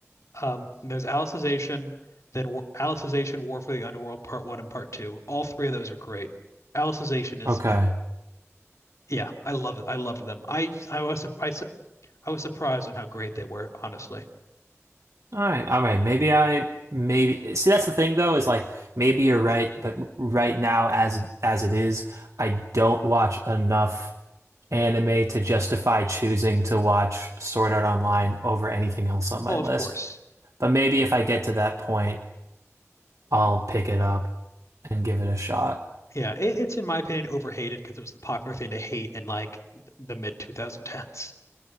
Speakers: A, on the left; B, on the right.
A: um, there's Alicization, then War Alicization, War for the Underworld, Part One and Part Two. All three of those are great. Alicization is,
B: okay,
A: yeah, I love it. I loved them. I I was surprised. I was surprised on how great they were, honestly.
B: all right, all right. Maybe I maybe see that's the thing though is like maybe you're right, but right now as as it is, I don't watch enough anime to justify choosing to watch Sword Art Online over anything else on my
A: Oh,
B: list.
A: of course.
B: But maybe if I get to that point, I'll pick it up and give it a shot.
A: Yeah, it, it's in my opinion overhated because it was the popular thing to hate in like the mid 2010s.